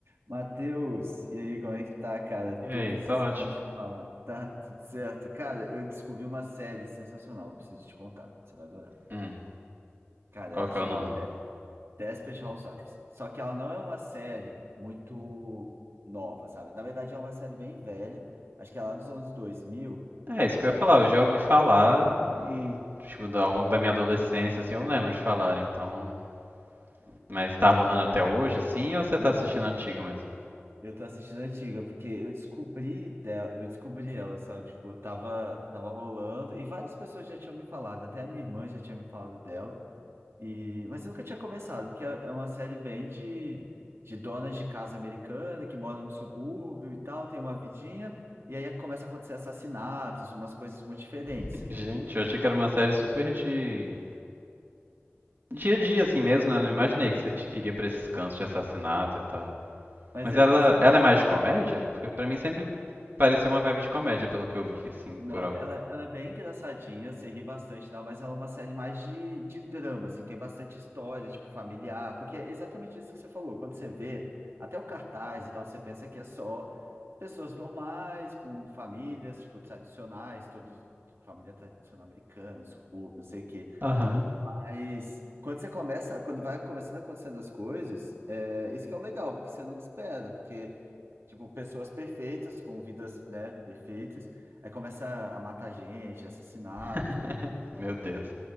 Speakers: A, on the right; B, on the right.
A: Matheus, e aí, como é que tá, cara?
B: E aí,
A: Tô precisando
B: tá ótimo.
A: te falar. Tá tudo certo? Cara, eu descobri uma série sensacional, preciso te contar, você vai adorar.
B: Hum,
A: Cara,
B: qual
A: ela
B: que
A: chama
B: é o nome?
A: De- Desperate Housewives. Só que ela não é uma série muito nova, sabe? Na verdade, é uma série bem velha, acho que é lá dos anos 2000.
B: É, isso que eu ia
A: e
B: falar, eu já ouvi falar e, tipo, ao longo da minha adolescência, assim, eu lembro de falar, então... Mas tá
A: é,
B: rolando até hoje, assim, ou você
A: não,
B: tá assistindo antigo mesmo?
A: eu tô assistindo a antiga porque eu descobri dela, eu descobri ela, sabe? Tipo, eu tava tava rolando e várias pessoas já tinham me falado, até a minha irmã já tinha me falado dela. E, mas eu nunca tinha começado, porque é é uma série bem de, de donas de casa americana que moram no subúrbio e tal, tem uma vidinha, e aí começa a acontecer assassinatos, umas coisas muito diferentes.
B: <laughs> Gente, eu achei que era uma série super de... Dia a dia, assim mesmo, né? Eu não imaginei que você iria pra esses cantos de assassinato e tal.
A: Mas
B: Mas
A: é
B: ela, ela é mais de comédia? Porque pra mim sempre pareceu uma vibe de comédia, pelo que eu vi, assim,
A: Não,
B: por alto.
A: ela, ela é bem engraçadinha, você ri bastante, não, mas ela é uma série mais de, de drama, assim, tem bastante história, tipo, familiar, porque é exatamente isso que você falou. Quando você vê até o cartaz e tal, você pensa que é só pessoas normais, com famílias, tipo, tradicionais, todos, família tradicional americana, subúrbio, não sei o quê.
B: Aham.
A: Mas quando você começa, quando vai começando acontecendo as coisas, é, esse que é o legal, porque você nunca espera, porque, tipo, pessoas perfeitas, com vidas, né, perfeitas, aí começa a matar gente, assassinato.
B: <laughs> Meu Deus.